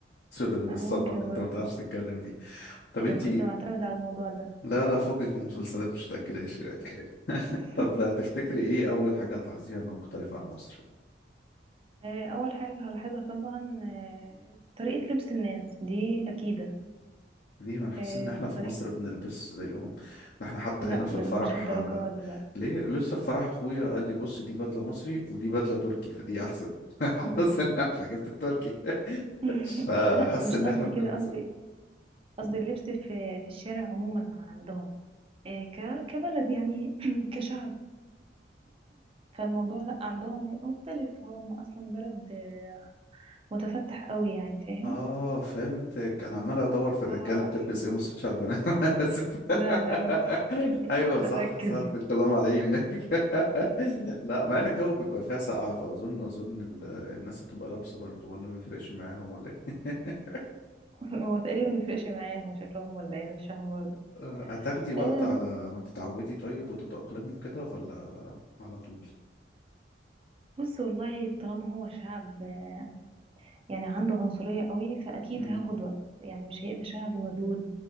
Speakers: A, on the left (about 50°); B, on the right (about 30°).
A: تتصدم
B: لا،
A: بالصدمة
B: ممكن
A: ان انت
B: برضه
A: ما تعرفش تتكلم دي طب انت
B: ده انا كنت معتمدة على الموضوع ده
A: لا لا فوقك من المسلسلات مش هتأكلهاش يعني <laughs>
B: <laughs>
A: طب لا تفتكري ايه اول حاجة هتلاحظيها انها مختلفة عن مصر
B: آه، اول حاجة هلاحظها طبعا آه، طريقة لبس الناس دي اكيدة
A: ليه ما انا حاسس
B: آه،
A: ان احنا
B: وطريقة
A: في مصر بنلبس زيهم ده احنا حتى
B: لا
A: هنا في
B: لا
A: الفرح
B: مش للدرجة
A: آه،
B: دي لا
A: ليه لسه في فرح اخويا قال لي بص دي بدلة مصري ودي بدلة تركي فدي احسن <laughs>
B: مم.
A: حاسس ان احنا جبت التركي
B: <laughs>
A: فحاسس
B: لا مش
A: ان
B: قصدي
A: احنا بنلبسهم
B: كده قصدي قصدي اللبس في في الشارع عموما عندهم آه، ك كبلد يعني <clears throat> كشعب فالموضوع لا عندهم هيبقى مختلف هو م- اصلا بلد آه، متفتح قوي يعني فاهم
A: اه فهمتك انا عمال ادور في الرجاله
B: آه.
A: بتلبس ايه ما بصيتش على البنات <laughs> انا اسف
B: لا لا لا
A: <laughs> ايوه
B: لا
A: صح
B: ركز
A: صح الكلام على عيني <laughs> لا مع ان الجو بيبقى فيها سقعه فاظن اظن ال- الناس هتبقى لابسه برضو ولا ما بيفرقش معاهم ولا ايه <laughs>
B: <laughs> هو تقريبا ما يفرقش معاهم شكلهم ولا ايه مش فاهمه برضه
A: آه، هتاخدي وقت
B: آه،
A: على ما تتعودي طيب وتتأقلمي كده ولا على طول
B: بص والله طالما هو شعب آه، يعني عنده عنصرية قوي فاكيد
A: امم
B: هاخد وقت يعني مش هيبقى شعب ودود